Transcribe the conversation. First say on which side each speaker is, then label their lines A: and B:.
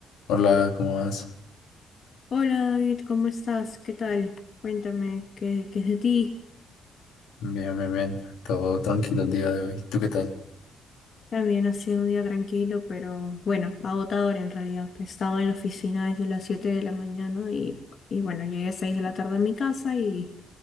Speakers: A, on the left; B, on the left.
A: Hola, ¿cómo vas?
B: Hola David, ¿cómo estás? ¿Qué tal? Cuéntame, ¿qué, qué es de ti?
A: Bien, bien, bien. Todo tranquilo el día de hoy. ¿Tú qué tal?
B: También ha sido un día tranquilo, pero bueno, agotador en realidad. He estado en la oficina desde las 7 de la mañana y, y bueno, llegué a 6 de la tarde a mi casa y